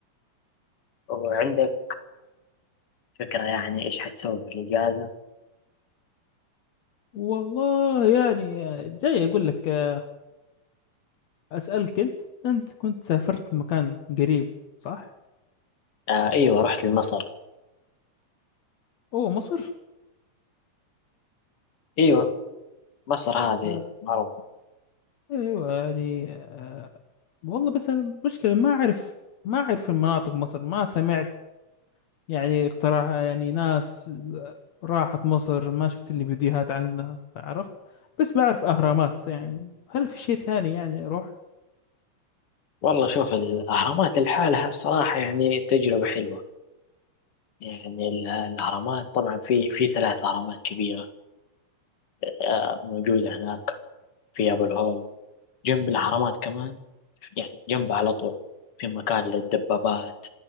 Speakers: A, on the left (about 50°); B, on the left (about 65°).
A: وعندك فكره يعني ايش حتسوي في الاجازه
B: والله يعني آه، جاي أقول لك آه، أسألك أنت أنت كنت سافرت مكان قريب صح؟
A: آه ايوه رحت لمصر
B: أوه مصر
A: ايوه مصر هذه
B: آه،
A: معروف
B: أيوة يعني آه، والله بس أنا مشكلة ما أعرف ما أعرف المناطق مصر ما سمعت يعني اقتراح يعني ناس راحت مصر ما شفت اللي فيديوهات عنها عرفت بس بعرف أهرامات يعني هل في شيء ثاني يعني أروح
A: والله شوف الاهرامات لحالها الصراحه يعني تجربه حلوه يعني ال- الاهرامات طبعا في في ثلاث اهرامات كبيره آه موجوده هناك في ابو الهول جنب الاهرامات كمان يعني جنبها على طول في مكان للدبابات